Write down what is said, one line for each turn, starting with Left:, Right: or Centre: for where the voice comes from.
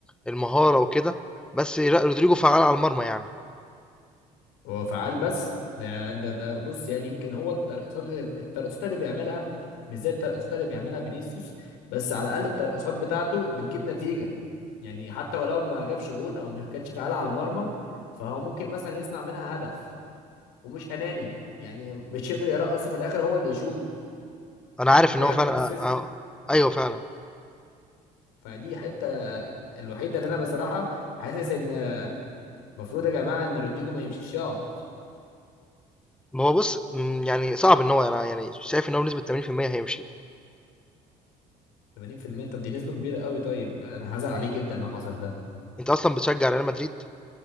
Centre: المهارة وكده، بس لأ رودريجو فعّال على المرمى يعني،
Left: هو فعال بس ده ده ده بص يعني يمكن هو الترقصات اللي الترقصات اللي بيعملها مش زي الترقصات اللي بيعملها فينيسيوس بس على الاقل الترقصات بتاعته بتجيب نتيجه يعني حتى ولو ما جابش جون او ما كانش فعال على المرمى فهو ممكن مثلا يصنع منها هدف ومش اناني يعني مش يفضل يرقص وفي الاخر هو اللي يشوط
Centre: أنا
Left: ممكن
Centre: عارف إن
Left: يعمل
Centre: هو فعلًا أ
Left: اسيست
Centre: أ أيوه فعلًا،
Left: فدي حته الوحيده اللي انا بصراحه حاسس ان المفروض يا جماعه ان رودريجو ما يمشيش يقعد
Centre: ما هو بُص إمم، يعني صعب إن هو أنا يعني شايف إن هو بنسبة 80% هيمشي،
Left: 80% طب دي نسبه كبيره قوي طيب انا هزعل عليه جدا لو حصل ده
Centre: أنت أصلًا بتشجّع ريال مدريد؟